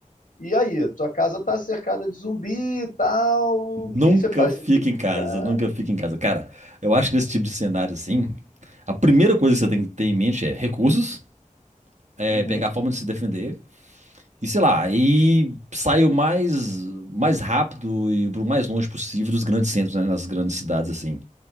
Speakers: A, on the left; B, on the right.
A: e aí, tua casa tá cercada de zumbi e tal.
B: Nunca
A: O que que você faz?
B: fica
A: Você tem que
B: em casa,
A: ficar.
B: nunca fica em casa. Cara, eu acho que nesse tipo de cenário assim, a primeira coisa que você tem que ter em mente é recursos, é
A: Uhum,
B: pegar a forma de se defender e sei lá, e sair o mais, mais rápido e pro mais longe possível dos grandes centros, né, nas grandes cidades assim.